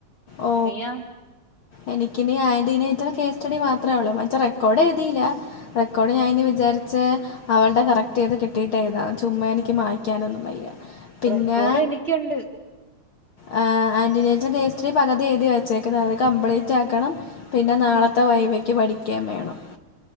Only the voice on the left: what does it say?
ഓ
എനിക്കിനി ആന്റീനേറ്ററ് കേസ് സ്റ്റഡി മാത്രേ ഉള്ളൂ മറ്റേ റെക്കോർഡ് എഴുതില്ല റെക്കോഡ് ഞാൻ അയിന് വിചാരിച്ച അവള്ടെ കറക്റ്റ്യ്ത് കിട്ടിട്ട് എഴ്‌താ ചുമ്മാ എനിക്ക് മായ്ക്കാനൊന്നും വയ്യ പിന്നെ
ആ ആന്റിനേറ്ററെ കേ ത്രി പക്‌തി എഴുതി വച്ചേക്കുന്ന് അത് കംപ്ലീറ്റ് ആക്കണം പിന്നെ നാളത്തെ വൈവേക്ക് പഠിക്യേം വേണം